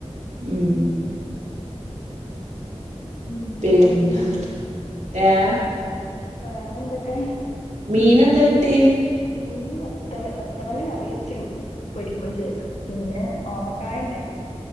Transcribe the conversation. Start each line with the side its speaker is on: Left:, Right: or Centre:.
Right: ഉം
Left: ഉം
Right: പിന്നെ
Left: വേറെന്തൊക്കെ
Right: ഏ
Left: വേറെന്തൊക്കെ
Right: മീനെന്താ കിട്ടി
Left: മീൻ വത്തല് വത്തലന്നെ കറി വെച്ചും പൊരിക്കയും ചെയ്ത് പിന്നെ ഓമക്കായ ഇണ്ടായിരുന്നു